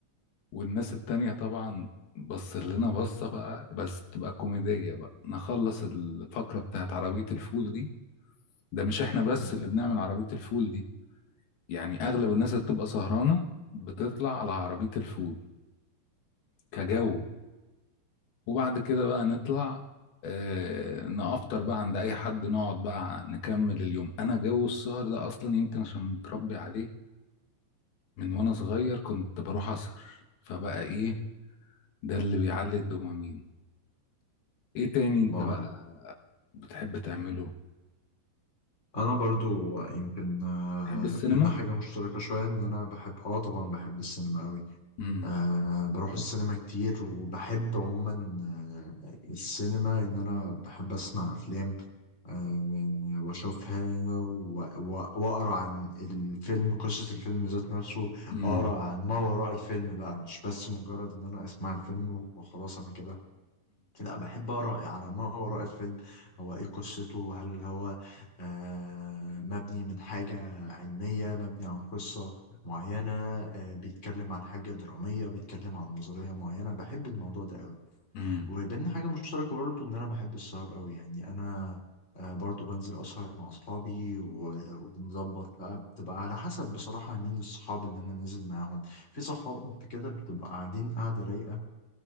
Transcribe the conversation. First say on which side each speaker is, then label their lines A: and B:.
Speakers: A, on the left (about 70°); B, on the left (about 20°).
A: والناس التانية طبعا بص لنا بصة بقى بس تبقى كوميدية بقى نخلص الفقرة بتاعت عربية الفول دي ده مش احنا بس
B: مم.
A: اللي بنعمل عربية الفول دي يعني اغلب الناس اللي بتبقى سهرانه بتطلع على عربيه الفول كجو وبعد كده بقى نطلع آه نافطر بقى عند اي حد نقعد بقى نكمل اليوم انا جو السهر ده اصلا يمكن عشان متربي عليه من وانا صغير كنت بروح اسهر فبقى ايه ده اللي بيعلي الدوبامين ايه تاني انت
B: الله
A: بقى
B: عليك
A: بتحب تعمله
B: انا برضو يمكن آه،
A: تحب السينما
B: بينا حاجه مشتركه شويه ان انا بحب اه طبعا بحب السينما قوي
A: امم
B: أه بروح السينما كتير وبحب عموما آه، السينما ان انا بحب اسمع افلام أه واشوفها و- و- واقرا عن الفيلم قصه الفيلم ذات نفسه
A: امم
B: اقرا عن ما وراء الفيلم بقى مش بس مجرد ان انا اسمع الفيلم وخلاص انا كده لا بحب أقرأ على ما وراء الفيلم هو إيه قصته هل هو آه مبني من حاجة علمية مبني عن قصة معينة آه بيتكلم عن حاجة درامية بيتكلم عن نظرية معينة بحب الموضوع ده قوي
A: امم
B: وبيننا حاجة مشتركة برضو إن أنا بحب السهر قوي يعني أنا آه برضو بنزل أسهر مع أصحابي و- وبنظبط بقى بتبقى على حسب بصراحة مين الصحاب اللي أنا نازل معاهم في صحاب كده بتبقى قاعدين قاعدة رايقة